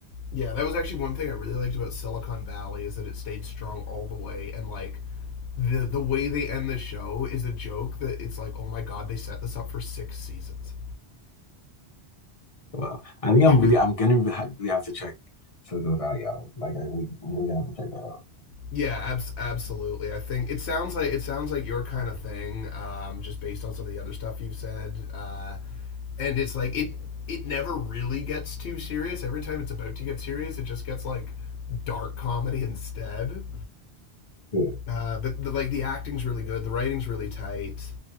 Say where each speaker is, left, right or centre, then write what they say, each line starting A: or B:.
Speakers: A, on the left; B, on the left.
A: Yeah, that was actually one thing I really liked about Silicon Valley is that it stayed strong all the way, and like the the way they end the show is a joke that it's like, oh my god, they set this up for six seasons.
B: Well, I think I'm
A: It was
B: really, I'm gonna really ha- really have to check Silicon Valley out. Like, I really, really have to check that out.
A: Yeah, abs- absolutely. I think it sounds like it sounds like your kind of thing, um, just based on some of the other stuff you've said. Uh, and it's like it it never really gets too serious. Every time it's about to get serious, it just gets like dark comedy instead.
B: Yeah.
A: Uh, but the, like the acting's really good, the writing's really tight,